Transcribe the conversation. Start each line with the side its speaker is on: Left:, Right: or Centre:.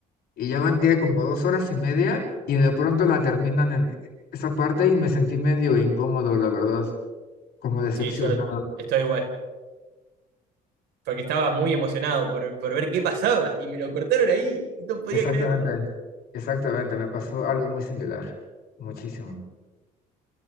Left: y ya van que como dos horas y media y de pronto la terminan en esa parte y me sentí medio incómodo, la verdad, como decepcionado.
Right: Sí, yo estoy igual. Porque estaba muy emocionado por, por ver qué pasaba. Y me lo cortaron ahí. y No podía
Left: Exactamente,
Right: creerlo.
Left: exactamente, me pasó algo muy similar, muchísimo.